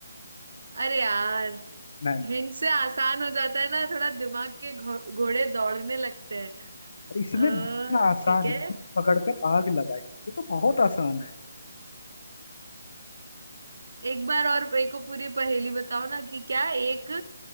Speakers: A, on the right; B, on the left.
A: अरे यार
B: नहीं नहीं
A: हिंट
B: नहीं।
A: से आसान हो जाता है ना थोड़ा दिमाग के घो- घोड़े दौड़ने लगते हैं
B: अरे इसमें
A: अः
B: इतना आसान
A: ठीक है
B: है पूंछ पकड़ कर आग लगाई ये तो बहुत आसान है
A: एक बार और मेरे को पूरी पहेली बताओ ना कि क्या एक